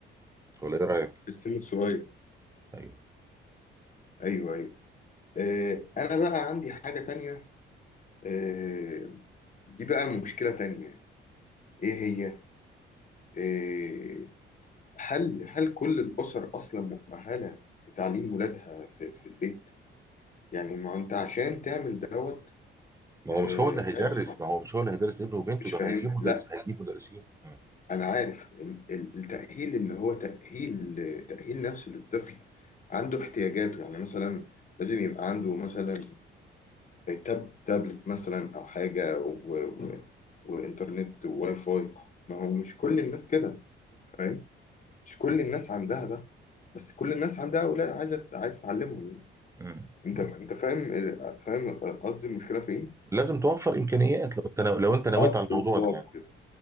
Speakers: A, on the right; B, on the left.
A: ولا ايه رأيك؟
B: في السن الصغير
A: ايوه
B: ايوه ايوه آه، انا بقى عندي حاجه تانية آه، دي بقى مشكله تانية ايه هي آه، هل هل كل الأسر أصلا مؤهلة لتعليم ولادها في, في البيت؟ يعني ما أنت عشان تعمل دوت
A: ما
B: آه،
A: هو مش هو اللي هيدرس
B: يعني
A: ما هو مش هو اللي هيدرس ابنه وبنته
B: مش
A: ده
B: فاهم
A: هيجيب مدرس
B: لا
A: هيجيب مدرسين مم.
B: أنا عارف ال- ال- التأهيل إن هو تأهيل تأهيل نفسي للطفل عنده احتياجاته يعني مثلا لازم يبقى عنده مثلا آه، تاب تابلت مثلا أو حاجة و- و- وإنترنت وواي فاي ما هو مش كل الناس كده فاهم؟ مش كل الناس عندها ده بس كل الناس عندها اولاد عايزه عايز تعلمهم يعني
A: مم.
B: انت انت فاهم آه، فاهم قصدي المشكله فين؟
A: لازم توفر امكانيات لو انت لو انت نويت
B: اه
A: على
B: بالظبط
A: الموضوع ده يعني
B: كده